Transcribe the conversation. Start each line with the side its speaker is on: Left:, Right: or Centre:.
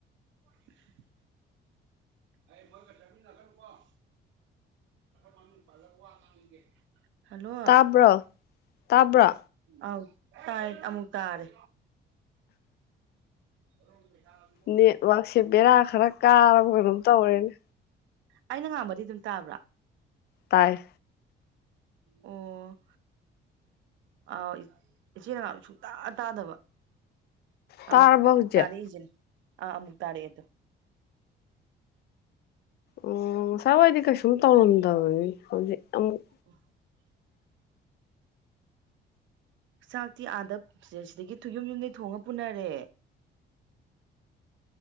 Right: <inaudible> ꯑꯩ ꯃꯣꯏꯒ ꯆꯠꯃꯤꯟꯅꯒꯅꯨꯀꯣꯃꯁꯤ ꯃꯃꯤꯟ ꯄꯜꯂꯒꯥ ꯋꯥ ꯉꯥꯡꯅꯤꯡꯒꯦ ꯍꯜꯂꯣ
Left: ꯇꯥꯕ꯭ꯔꯣ ꯇꯥꯕ꯭ꯔꯣ
Right: ꯑꯣ ꯇꯥꯏ ꯑꯃꯨꯛ ꯇꯥꯔꯦ <inaudible>
Left: ꯅꯦꯠꯋꯥꯛꯁꯦ ꯕꯦꯔꯥ ꯈꯔ ꯀꯥꯔꯕ ꯀꯩꯅꯣꯝ ꯇꯧꯔꯦꯅꯦ
Right: ꯑꯩꯅ ꯉꯥꯡꯕꯗꯤ ꯑꯗꯨꯝ ꯇꯥꯕ꯭ꯔꯥ
Left: ꯇꯥꯏ
Right: ꯑꯣ ꯑ ꯏꯆꯦꯅ ꯉꯥꯡꯕ ꯁꯨꯡꯇꯥ ꯇꯥꯗꯕ ꯑꯃꯨꯛ
Left: ꯇꯥꯔꯕ ꯍꯧꯖꯤꯛ
Right: ꯇꯥꯔꯛꯏꯁꯤꯅꯦ ꯑꯥ ꯑꯃꯨꯛ ꯇꯥꯔꯛꯑꯦ ꯇꯨ
Left: ꯎ ꯉꯁꯥꯏꯋꯥꯏꯗꯤ ꯀꯩꯁꯨꯝ ꯇꯧꯔꯝꯗꯕꯅꯤ ꯍꯧꯖꯤꯛ ꯑꯃꯨꯛ
Right: <inaudible> ꯆꯥꯛꯇꯤ ꯑꯥꯗ ꯁꯤꯗꯒꯤ ꯊꯨ ꯌꯨꯝ ꯌꯨꯝꯗꯩ ꯊꯣꯡꯉ ꯄꯨꯅꯔꯦ